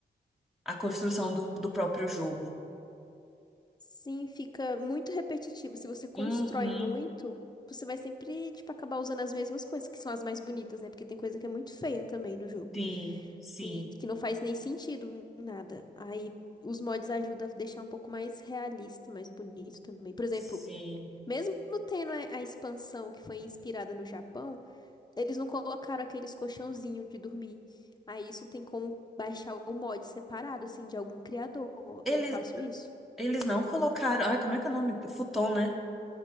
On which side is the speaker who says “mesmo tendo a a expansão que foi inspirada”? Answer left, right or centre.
Left